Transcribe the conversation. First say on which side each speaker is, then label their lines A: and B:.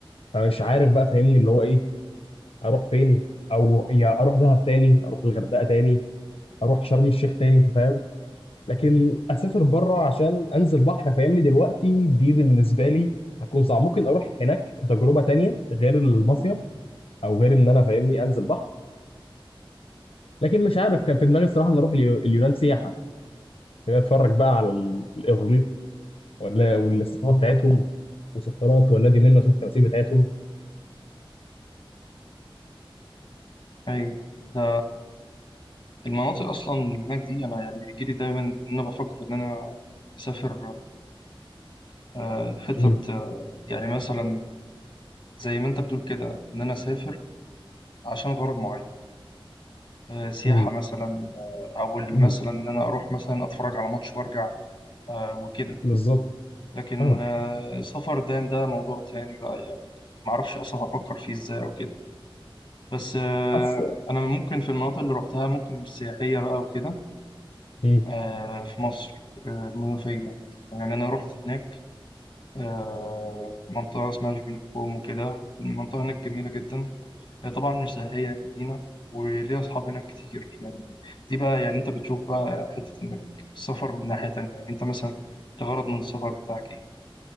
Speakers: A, on the left; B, on the left.
A: فمش عارف بقى فاهمني اللي هو إيه أروح فين أو يا أروح دهب تاني أروح الغردقة تاني أروح شرم الشيخ تاني أنت فاهم؟ لكن اسافر بره عشان انزل بحر فاهمني دلوقتي دي بالنسبه لي هتكون صعب ممكن اروح هناك كتجربه تانية غير المصيف او غير ان انا فاهمني انزل بحر لكن مش عارف كان في دماغي الصراحه ان اروح اليو- اليونان سياحه اتفرج بقى على ال- الاغريق ولا والاستقامه بتاعتهم وسقراط والذي منا شوف التماثيل بتاعتهم
B: أيوه ده المناطق أصلا اللي هناك دي أنا يعني بيجيلي دايما إن أنا بفكر إن أنا أسافر آه، حتت
A: مم.
B: آه، يعني مثلا زي ما أنت بتقول كده إن أنا أسافر عشان غرض معين آه، سياحة
A: مم.
B: مثلا آه، أو مثلا
A: مم.
B: إن أنا أروح مثلا أتفرج على ماتش وأرجع آه، وكده
A: بالظبط
B: لكن
A: فاهمك
B: آه، السفر الدائم ده موضوع تاني بقى يعني معرفش أصلا هفكر فيه إزاي أو كده بس آه،
A: أص...
B: أنا ممكن في المناطق اللي روحتها ممكن مش سياحية بقى وكده
A: مم.
B: آه، في مصر آه، المنوفية يعني أنا رحت هناك آه، منطقة اسمها شبين كوم وكده المنطقة هناك جميلة جدا هي طبعا مش سياحية هي مدينة وليها أصحاب هناك كتير يعني دي بقى يعني أنت بتشوف بقى حتة إنك السفر من ناحية تانية يعني أنت مثلا الغرض من السفر بتاعك إيه